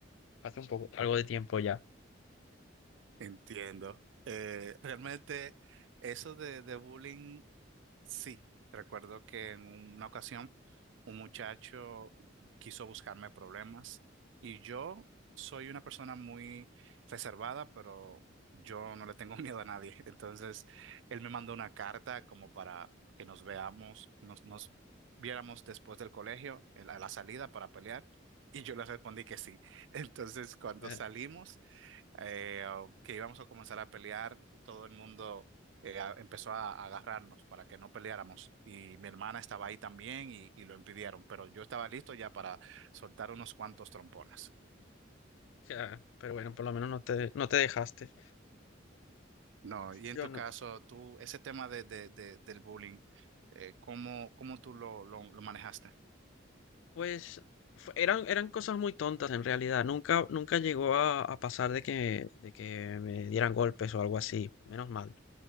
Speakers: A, on the left; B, on the right.
A: Hace un poco, algo de tiempo ya.
B: Entiendo. Eh, realmente eso de, de bullying, sí. Recuerdo que en una ocasión un muchacho quiso buscarme problemas y yo soy una persona muy reservada, pero yo no le tengo <laughs> miedo a nadie. Entonces, él me mandó una carta como para que nos veamos, nos, nos viéramos después del colegio, en la- a la salida para pelear. Y yo le respondí que sí. <laughs> Entonces, cuando
A: Eh,
B: salimos eh, o que íbamos a comenzar a pelear, todo el mundo eh, a- empezó a, a agarrarnos para que no peleáramos y mi hermana estaba ahí también y, y lo impidieron, pero yo estaba listo ya para soltar unos cuantos trompones.
A: ya, pero bueno, por lo menos no te, no te dejaste.
B: No, y en
A: Yo
B: tu
A: no.
B: caso, tú, ese tema de, de- de- del bullying, eh, ¿cómo, cómo tú lo, lo, lo manejaste?
A: Pues fue- eran, eran cosas muy tontas en realidad. Nunca, nunca llegó a, a pasar de que, de que me dieran golpes o algo así. Menos mal.